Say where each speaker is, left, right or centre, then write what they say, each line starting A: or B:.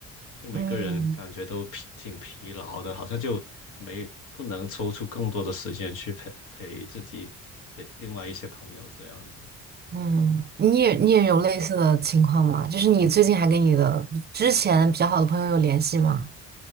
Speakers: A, on the left; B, on the right.
A: 就每个人感觉都疲挺疲劳的，
B: 嗯
A: 好像就没不能抽出更多的时间去陪陪自己的另外一些朋友这样子。
B: 嗯，你也你也有类似的情况吗？就是你最近还跟你的之前比较好的朋友有联系吗？